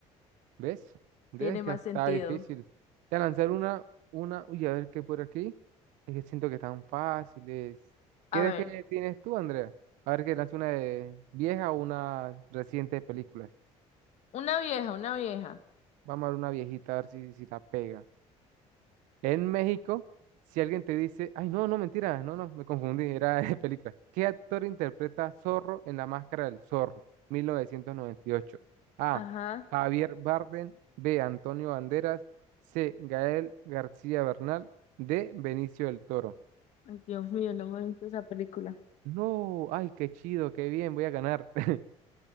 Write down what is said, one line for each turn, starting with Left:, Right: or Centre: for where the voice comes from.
Right: ¿Ves? ¿Ves
Left: Tiene
Right: que
Left: más
Right: está
Left: sentido.
Right: difícil? Te voy a lanzar una, una, uy, a ver qué por aquí. Es que siento que están fáciles. qué
Left: A ver,
Right: es que tienes tú, Andrea? A ver que lance una de vieja o una reciente de películas.
Left: una vieja, una vieja.
Right: Vamos a ver una viejita, a ver si, si la pega. En México, si alguien te dice, ay, no, no, mentira, no, no, me confundí, era de película. ¿Qué actor interpreta a Zorro en La Máscara del Zorro, 1998? A.
Left: Ajá.
Right: Javier Bardem, B. Antonio Banderas, C. Gael García Bernal, D. Benicio del Toro.
Left: Ay, Dios mío, no me he visto esa película.
Right: No, ay, qué chido, qué bien, voy a ganar. <laughs>